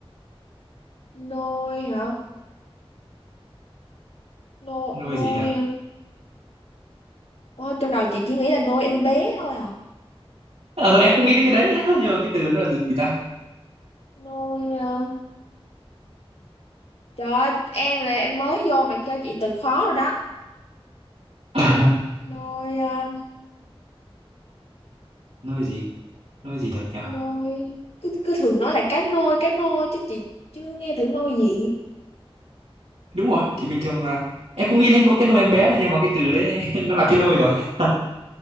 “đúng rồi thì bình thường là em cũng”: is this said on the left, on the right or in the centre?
Right